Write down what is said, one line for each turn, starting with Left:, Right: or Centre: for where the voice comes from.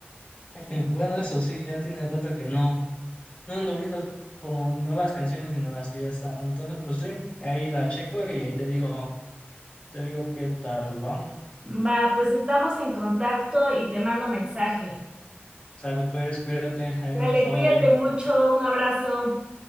Left: <laughs> bueno, eso sí, ya tiene rato que no. no ando viendo como nuevas canciones, sino las que ya están. Entonces, pues sí, ahí la checo y ahí te digo, te digo qué tal va.
Right: Va, pues estamos en contacto y te mando mensaje.
Left: Sale pues, cuídate, ahí
Right: Dale,
Left: nos estamos
Right: cuídate
Left: viendo.
Right: mucho, un abrazo,